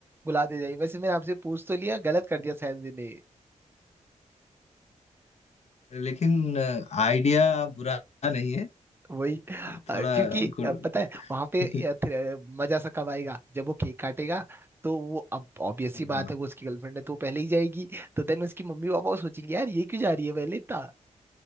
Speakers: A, on the right (about 15°); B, on the left (about 60°).
A: बुला दे जाए वैसे मैंने आपसे पूछ तो लिया गलत कर दिया शायद मैंने
B: लेकिन आइडिया बुरा नहीं है
A: वही
B: थोड़ा
A: अ, क्योंकि
B: गुड
A: अ, पता है वहां पे
B: <laughs>
A: अ, थ- अ, मजा सा कब आएगा जब वो केक काटेगा तो वो अब ऑब्वियस सी बात
B: हाँ
A: है वो उसकी गर्लफ्रेंड है तो वो पहले ही जाएगी तो देन उसकी मम्मी पापा वो सोचेंगे यार ये क्यों जा रही है पहले इतना